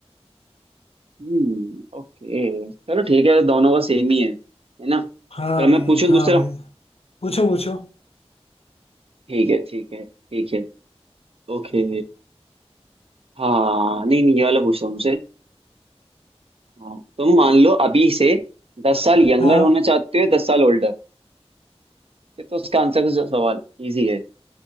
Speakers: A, on the right (about 60°); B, on the left (about 65°).
A: हम्म ओके चलो ठीक है दोनों का सेम ही है है ना चलो
B: हाँ भाई
A: मैं पूछूं
B: हाँ
A: दूसरा
B: भाई पूछो पूछो
A: ठीक है ठीक है ठीक है ओके हाँ नहीं नहीं ये वाला पूछता हूँ उसे हाँ तुम मान लो अभी से दस साल यंगर
B: हाँ
A: होना चाहते हो दस साल ओल्डर ये तो उसका आंसर का जो सवाल इजी है